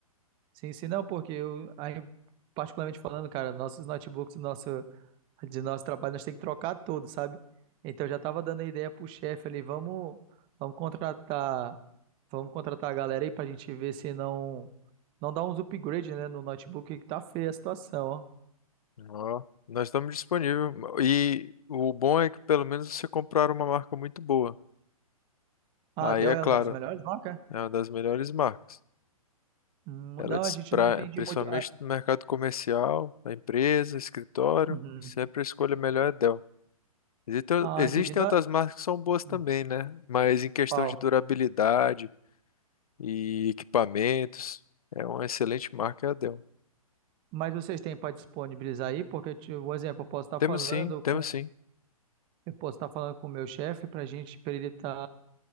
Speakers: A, on the right; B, on the left.
A: Sim, sim, não, porque eu, aí, particularmente falando, cara, nossos notebooks, nosso De nosso trabalho nós temos que trocar todo, sabe? Então eu já tava dando a ideia pro chefe ali, vamos, vamos contratar, vamos contratar a galera aí pra gente ver se não não dá uns upgrades, né, no notebook que tá feia a situação, ó.
B: Ó, nós estamos disponíveis. E o bom é que pelo menos você comprar uma marca muito boa.
A: Ah,
B: Aí
A: a Dell
B: é
A: é
B: claro,
A: uma das melhores marcas?
B: é uma das melhores marcas.
A: Hum,
B: Ela
A: Não,
B: despra,
A: a gente não entende
B: principalmente
A: muito. Ah,
B: no mercado comercial, da empresa, escritório,
A: uhum.
B: sempre a escolha melhor é Dell. Existem,
A: Ah,
B: existem
A: entendi. Não,
B: outras marcas que são boas também,
A: hum,
B: né? Mas em questão
A: pau.
B: de durabilidade, e equipamentos. É uma excelente marca, é a Dell.
A: Mas vocês têm para disponibilizar aí? Porque, tipo, um exemplo, eu posso estar
B: Temos
A: falando
B: sim, temos
A: com
B: sim.
A: Eu posso estar falando com o meu chefe para gente, para ele estar.